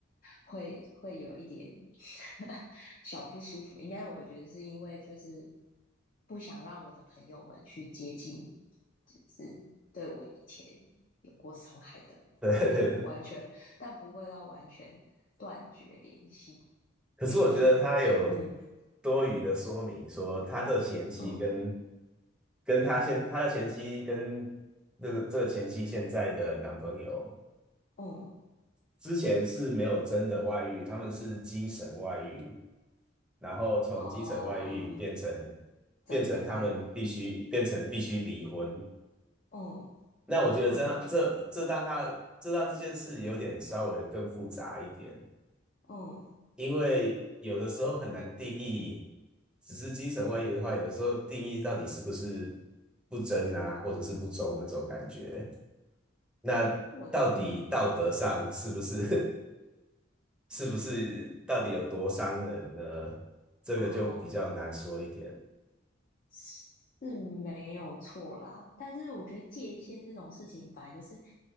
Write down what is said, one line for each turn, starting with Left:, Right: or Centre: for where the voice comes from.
Left: 会会有一点 <laughs> 小不舒服。应该我觉得是因为就是不想让我的朋友们去接近，就是对我以前有过伤害的人，
Centre: <laughs> 对对对。
Left: 但完全但不会到完全断绝联系。
Centre: 可是我觉得他有
Left: 因为就是他，嗯
Centre: 多余的说明说，他的前妻跟
Left: 嗯
Centre: 跟他现他的前妻跟那个这个前妻现在的男朋友
Left: 嗯，
Centre: 之前是没有真的外遇，他们是精神外遇。然后从精神外遇变成
Left: 哦，真的外语，
Centre: 变成他们必须变成必须离婚。
Left: 嗯
Centre: 那我觉得这样这这让他这让这件事有点稍微更复杂一点，
Left: 嗯嗯
Centre: 因为有的时候很难定义，
Left: 嗯，
Centre: 只是精神外遇的话，有的时候定义到底是不是不贞啊，或者是不忠那种感觉。那到底道德上是不是
Left: 我嗯嗯
Centre: <laughs> 是不是到底有多伤人呢？这个就比较难说一点。
Left: 哦是是没有错啦，但是我觉得界限这种事情，本来就是